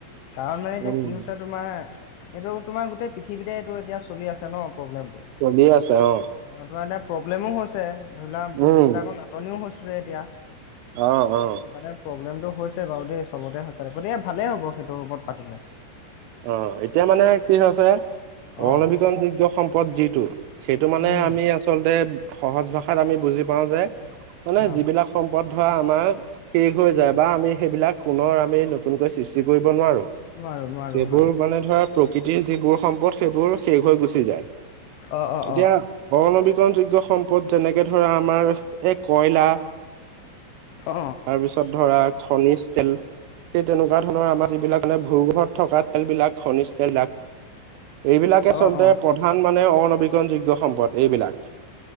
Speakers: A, on the left; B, on the right.
A: কাৰণ এ এতিয়া
B: উম
A: কি হৈছে তোমাৰ এইটো তোমাৰ গোটেই পৃথিৱীতে এইটো এতিয়া চলি আছে ন'। প্ৰব্লেমটো,
B: চলি আছে অ
A: তোমাৰ এতিয়া প্ৰব্লেমো হৈছে ধৰি লোৱা বস্তুবিলাকত
B: উম
A: নাত নিও হৈছে এতিয়া
B: অ অ
A: সেইটো কাৰণে প্ৰব্লেমটো হৈছে বাৰু দেই, চবতে হৈছে গতিকে ভালেই হ'ব সেইটো ওপৰত পাতিলে।
B: অ' এতিয়া মানে কি হৈছে
A: অ
B: অনবীকৰণযোগ্য সম্পদ যিটো সেইটো মানে
A: উম
B: আমি আচলতে সহজ ভাষাত আমি বুজি পাও যে মানে
A: অ
B: যিবিলাক সম্পদ ধৰা আমাৰ শেষ হৈ
A: উম
B: যায় বা আমি সেইবিলাক পুনৰ আমি নতুনকৈ সৃষ্টি কৰিব নোৱাৰো
A: নোৱাৰো নোৱাৰো
B: সেইবোৰ
A: হয়
B: মানে ধৰা প্ৰকৃতিৰ যিবোৰ সম্পদ সেইবোৰ শেষ হৈ গুচি যায়
A: অ অ
B: এতিয়া
A: অ
B: অনবীকৰণ যোগ্য সমূহ সম্পদ যেনেকে ধৰা আমাৰ এই কয়লা
A: অ
B: তাৰ পিছত ধৰা খনিজ তেল সেই তেনেকুৱা ধৰণৰ আমাৰ যিবিলাক ভূ -গৰ্ভত থকা তেল বিলাক খনিজ তেল বিলাক এইবিলাকে
A: অ
B: আচলতে
A: অ অ
B: প্ৰধান মানে অনবীকৰণ যোগ্য সম্পদ এইবিলাক